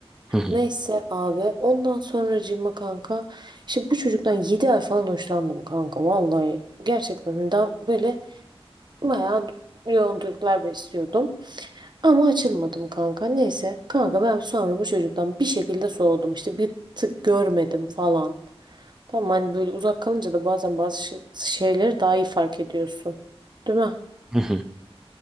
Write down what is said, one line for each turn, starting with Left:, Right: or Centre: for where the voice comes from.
Centre: Hı hı.
Right: Neyse abi ondan sonracığıma kanka işte bu çocuktan 7 ay falan hoşlandım kanka vallahi gerçekten daha böyle bayağı yoğun duygular besliyordum. Ama açılmadım kanka. Neyse. Kanka ben sonra bu çocuktan bir şekilde soğudum. İşte bir tık görmedim falan. Tamam hani böyle uzak kalınca da bazen bazı şey- şeyleri daha iyi fark ediyorsun. Değil mi?
Centre: Hı hı.